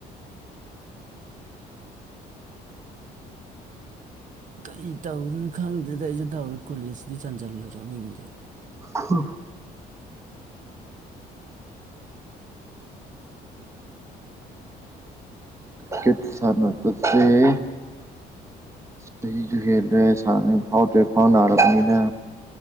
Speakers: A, on the right (about 50°); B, on the right (about 15°).
A: ꯀꯩ ꯇꯧꯗꯨꯏꯅꯣ ꯈꯪꯗꯦꯗ ꯑꯩꯁꯨ ꯇꯧꯔꯦ ꯀꯣꯂꯦꯖꯇꯤ ꯆꯥꯟꯁꯤꯜꯂꯨꯔꯦ ꯃꯤꯡꯗꯤ
B: ꯍ ꯀꯤꯠꯁ ꯁꯅꯕꯁ‌ꯦ ꯆꯍꯤꯁꯨ ꯍꯦꯜꯂꯦ ꯁꯟꯅꯤꯡ ꯐꯥꯎꯇꯔ‌ꯦ ꯈꯋꯥꯡ ꯅꯥꯔꯛꯑꯕꯅꯤꯅ